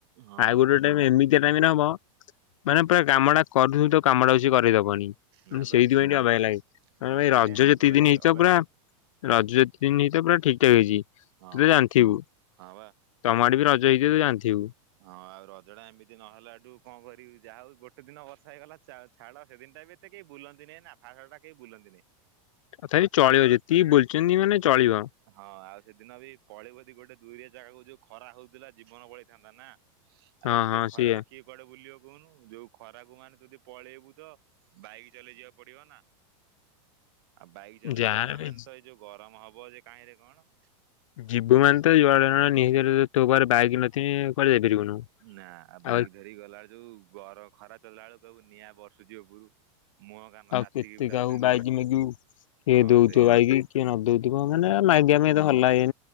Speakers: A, on the right; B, on the left.
A: ହଁ
B: ଆଉ ଗୋଟେ ଗୋଟେ ଏମିତିଆ ଟାଇମ୍ ରେ ହବ ମାନେ ପୁରା କାମ ଟା କରୁଥୁବୁ ତୋ କାମ ଟା ସିଏ କରେଇ ଦବନି। ମାନେ
A: ନା ବା
B: ସେଇଥିପାଇଁ ଟିକେ ଅବାଗିଆ ଲାଗେ
A: ହଁ
B: ନହେଲେ
A: ସେଇଥିପାଇଁ
B: ରଜ
A: ମେଘଟା
B: ଯେତିକି ଦିନ
A: ଟିକେ
B: ହେଇଥିବ
A: ଅବାଗିଆ
B: ପୁରା ରଜ ତିନି ତ ପୁରା ଠିକ୍ ଠାକ୍ ହେଇଛି ତୁ
A: ହଁ
B: ତ ଜାଣିଥିବୁ।
A: ହଁ ବା
B: ତମଆଡେ ବି ରଜ ହେଇଥିବ ତୁ ଜାଣିଥିବୁ
A: ହଁ ଆଉ ରଜ ଟା ଏମିତି ନହେଲା ଠୁ କଣ କରିବି ଯାହା ହଉ ଗୋଟେ ଦିନ ବର୍ଷା ହେଇଗଲା ଛାଡ ହେ ଦିନଟା ବି ଏତେ କେହି ବୁଲନ୍ତି ନାଇଁ ନା <unintelligible> ଫାଷ୍ଟେ ଟା କେହି ବୁଲନ୍ତି ନାଇଁ
B: ତଥାପି ଚଳିବ ଯେତିକି ବୁଲିଚନ୍ତି ମାନେ ଚଳିବ
A: ହଁ ଆଉ ସେଦିନ ବି, ପଳେଇିବୁ ଯଦି ଗୋଟେ ଦୁରିଆ ଜାଗାକୁ ଯୋଉ ଖରା ହଉଥିଲା, ଜୀବନ ପଳେଇଥାନ୍ତା ନା ଆଉ,
B: ହଁ
A: ଏତେ
B: ହଁ
A: ଖରାରେ
B: ସେଇଆ
A: କିଏ କୁଆଡେ ବୁଲିବ କହୁନୁ। ଯୋଉ ଖରାକୁ, ମାନେ ଯଦି ପଳେଇବୁ, ତ ବାଇକ ଚଲେଇ ଯିବାକୁ ପଡିବ ନା ଆଉ ବାଇକ ଚଲେଇ
B: ଯାହାହେଲେ
A: ଗଲା
B: ବି
A: ମାନେ ତ, ଏଇ ଯୋଉ ଗରମ ହବ ଯେ କାହିଁରେ କଣ।
B: ଯିବୁ ମାନେ ତ ଯୁଆଡେ ନି। ତୋ ପାଖରେ ବାଇକ ନଥିବ କୁଆଡେ ଯାଇପାରିବୁନୁ।
A: ନା। ବାଇକ
B: ଆଉ
A: ଧରିକି ଗଲାବେଳେ ଯୋଉ ଗର ଖରା ଚଲିଲା ବେଳେ, ନିଆଁ ବର୍ଷୁଛି ଉପରୁ। ମୁହଁ କାନ
B: ଆଉ
A: ତାତିକି
B: କେତେ
A: ପୁରାପୁରି
B: କାହାକୁ
A: ନିଆଁ।
B: ବାଇକ ମାଗିବୁ କିଏ
A: ହଁ
B: ଦଉଥିବ
A: ସେଇଆ
B: ବା,
A: ହେଲା
B: କିଏ ନ ଦଉଥିବ। ମାନେ ମାଗି
A: ହଁ ବା
B: ପାଇଁ ଭଲ ଲାଗେ ନି